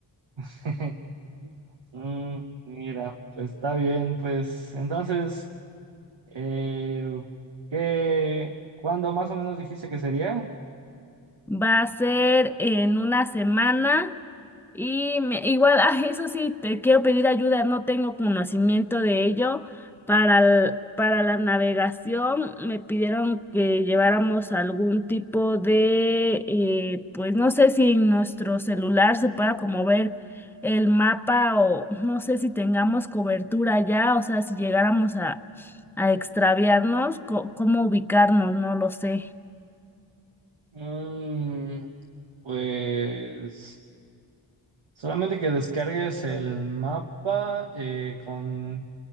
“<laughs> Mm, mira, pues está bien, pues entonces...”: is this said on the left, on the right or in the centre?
Right